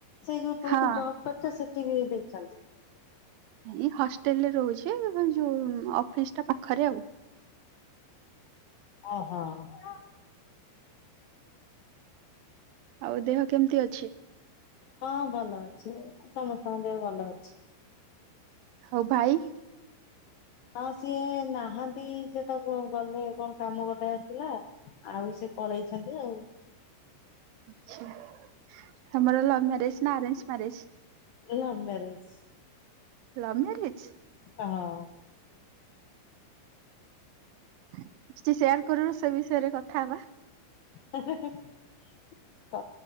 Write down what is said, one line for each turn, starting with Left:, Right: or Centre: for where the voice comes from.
Left: ସେଇ ଯୋଉ ଯୋଉଠି
Right: ହଁ
Left: ଜବ କରିଛ ସେଠି ବି ଦେଇଛନ୍ତି?
Right: ନାଇଁ ହଷ୍ଟେଲରେ ରହୁଛି ଯୋଉ ଅଫିସ ଟା ପାଖରେ ଆଉ।
Left: ଓହୋ।
Right: ଆଉ ଦେହ କେମିତି ଅଛି?
Left: ହଁ ଭଲ ଅଛି। ସମସ୍ତଙ୍କ ଦେହ ଭଲ ଅଛି।
Right: ହଉ ଭାଇ?
Left: ହଁ ସିଏ ନାହାନ୍ତି ସିଏ ତ ଗଲେ କଣ କାମ ଗୋଟେ ଆସିଲା। ଆଉ ସେ ପଳେଇଛନ୍ତି ଆଉ।
Right: ଆଚ୍ଛା ତମର ଲଭ ମ୍ୟାରେଜ ନା ଆରେଞ୍ଜ ମ୍ୟାରେଜ?
Left: ମୁଁ ଲଭ ମ୍ୟାରେଜ।
Right: Love marriage?
Left: ହଁ।
Right: କିଛି ସେୟାର କରୁନୁ ସେ ବିଷୟରେ କଥା ହବା।
Left: ହେ-ହେ-ହେ।